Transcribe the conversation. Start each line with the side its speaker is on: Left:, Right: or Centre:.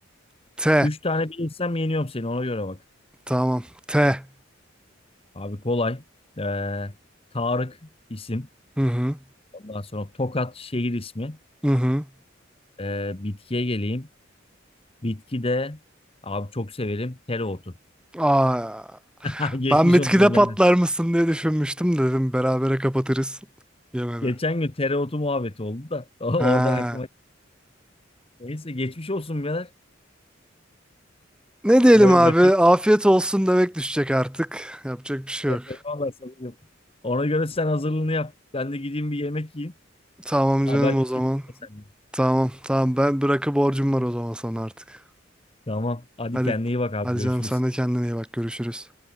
Centre: T.
Left: Üç tane bilirsem yeniyorum seni. Ona göre bak.
Centre: Tamam. T.
Left: Abi kolay. Ee, Tarık isim.
Centre: Hı hı.
Left: Ondan sonra Tokat şehir ismi.
Centre: Hı hı.
Left: Ee, bitkiye geleyim. Bitki de abi çok severim tereotu.
Centre: Aa,
Left: <laughs> Geçmiş
Centre: ben bitkide
Left: olsun
Centre: patlar
Left: birader.
Centre: mısın diye düşünmüştüm dedim. Berabere kapatırız. Yemedi.
Left: Geçen gün tereotu muhabbeti oldu da <laughs> oradan
Centre: Ha.
Left: aklıma geldi. Neyse geçmiş olsun birader.
Centre: Ne diyelim
Left: Ra-
Centre: abi?
Left: Rakip
Centre: Afiyet olsun demek düşecek artık. Yapacak bir şey
Left: E-
Centre: yok.
Left: eyvallah sana. diyorum. Ona göre sen hazırlığını yap. Ben de gideyim bir yemek yiyeyim.
Centre: Tamam
Left: Haberleşelim
Centre: canım o zaman.
Left: yine seninle.
Centre: Tamam tamam ben bırakı borcum var o zaman sana artık.
Left: Tamam. Hadi
Centre: Hadi,
Left: kendine iyi bak abi.
Centre: hadi
Left: Görüşürüz.
Centre: canım sen de kendine iyi bak. Görüşürüz.